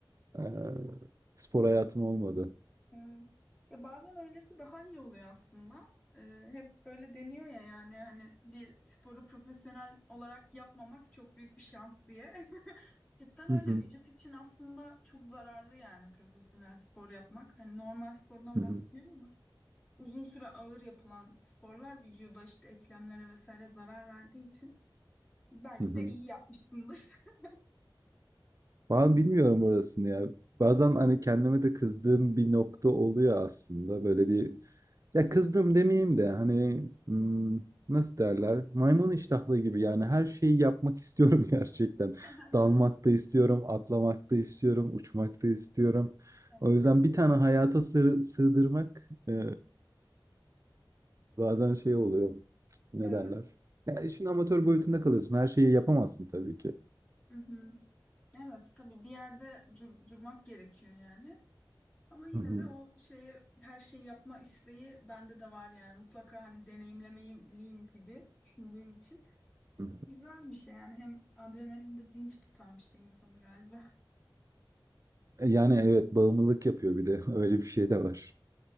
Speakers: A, on the right; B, on the left.
A: e, spor hayatım olmadı.
B: Evet. Ya bazen öylesi daha iyi oluyor aslında. Ee, hep böyle deniyor ya yani hani bir sporu profesyonel olarak yapmamak çok büyük bir şans diye. <laughs> Cidden öyle
A: <laughs>
B: vücut için aslında çok zararlı yani profesyonel spor yapmak. Hani normal spordan
A: Hı
B: bahsediyorum
A: hı.
B: ama uzun süre ağır yapılan sporlar vücuda işte eklemlere vesaire zarar verdiği için belki
A: Hı hı.
B: de iyi yapmışsındır. <laughs>
A: Ben bilmiyorum orasını ya. Bazen hani kendime de kızdığım bir nokta oluyor aslında. Böyle bir ya kızdım demeyeyim de hani hmm, nasıl derler? Maymun iştahlı gibi yani her şeyi yapmak istiyorum <laughs> gerçekten.
B: <laughs>
A: Dalmak da istiyorum, atlamak da istiyorum, uçmak da istiyorum.
B: Harika.
A: O yüzden bir tane hayata sığ- sığdırmak e, bazen şey oluyor. Ne
B: Evet.
A: derler? Ya işin amatör boyutunda kalıyorsun. Her şeyi yapamazsın tabii ki.
B: Hı hı Evet tabii bir yerde dur- durmak gerekiyor yani. Ama yine
A: Hı hı.
B: de o şeye her şeyi yapma isteği bende de var yani mutlaka hani deneyimlemeliyim gibi düşündüğüm için.
A: hı.
B: Güzel bir şey yani hem adrenalin de dinç tutan bir şey insanı galiba. <laughs>
A: E, yani evet, bağımlılık yapıyor bir de. <laughs> Öyle bir şey de var.